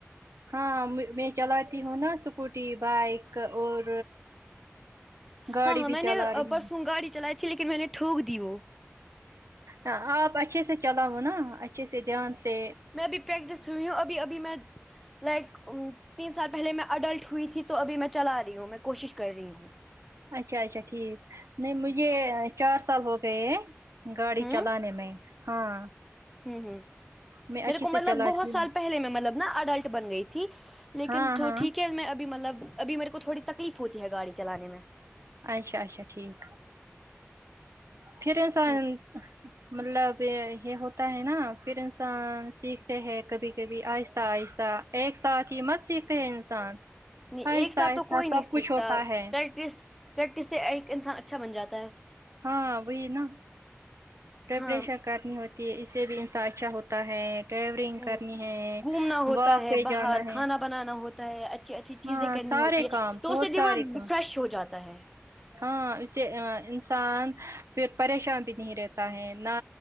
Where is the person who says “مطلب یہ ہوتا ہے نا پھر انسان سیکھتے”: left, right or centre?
Right